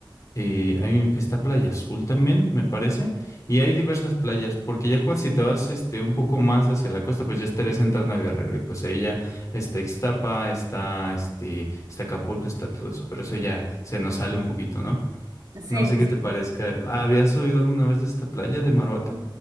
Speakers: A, on the left; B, on the right.
A: eh, hay un- está Playa Azul también, me parece. Y hay diversas playas, porque ya cuando si te vas este, un poco más hacia la costa, pues ya estarías entrando a Guerrero. Y pues ahí ya está Ixtapa, está, este, está Acapulco, está todo eso. Pero eso ya se nos sale un poquito, ¿no?
B: Sí,
A: No sé
B: sí,
A: qué
B: sí.
A: te parezca. Ah, ¿Habías oído alguna vez de esta playa de Maruata?